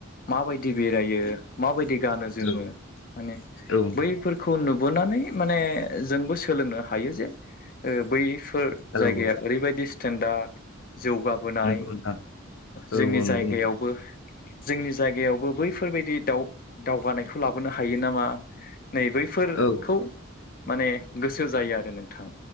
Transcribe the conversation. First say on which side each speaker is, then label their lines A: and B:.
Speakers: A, on the left; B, on the left.
A: माबायदि बेरायो माबायदि गानो जोमो
B: औ
A: माने
B: औ नोंथां
A: बैफोरखौ नु बोनानै माने जोंबो सोलोंनो हायो जे बै बेफोर
B: औ
A: जायगाया
B: औ
A: ओरैबायाददि स्टेेनडार्ड जौगाबोनाय
B: नंगौ नोंथां औ
A: जोंनि
B: नंगौ
A: जायगायावबो
B: नोंथां
A: जोंनि जायगायावबो बै बेफोरबायदि दावगानायखौ लाबोनो हायो नामा नै बैफोरखौ
B: औ
A: माने गोसो जायो आरो नोंथां